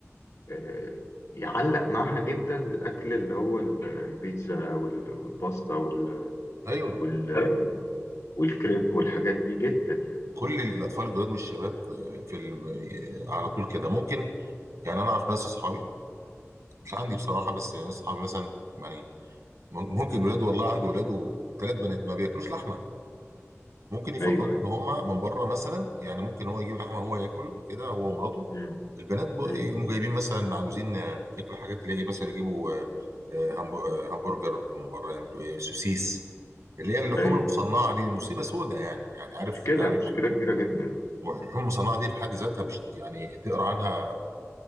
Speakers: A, on the left; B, on the right.
A: آه، يعلق معاها جدا الاكل اللي هو ال- البيتزا وال- والباستا وال-
B: ايوه
A: وال- والكريب والحاجات دي جدا يعني
B: كل الاطفال الجداد والشباب في الم... على طول كده ممكن يعني انا اعرف ناس اصحابي مش عندي بصراحه بس ناس اصحابي مثلا يعني ممكن ولاد والله عنده ولاده ثلاث بنات ما بياكلوش لحمه ممكن يفضلوا
A: ايوه ايوه
B: ان هم من بره مثلا يعني ممكن هو يجيب لحمه هو ياكل وكده هو ومراته
A: مم،
B: البنات ب-
A: مم،
B: يقوموا جايبين مثلا عاوزين آه، ياكلوا حاجات اللي هي مثلا يجيبوا آه، آه، همب-
A: مم.
B: آه، همبرجر من بره يعملوا ايه سوسيس اللي هي اللحوم
A: ايوه
B: المصنعه دي مصيبه سودة يعني يعني عارف
A: مشكلة
B: انت عارف
A: مشكلة كبيرة جدا
B: اللحوم المصنعه دي في حد ذاتها بش يعني تقرا عنها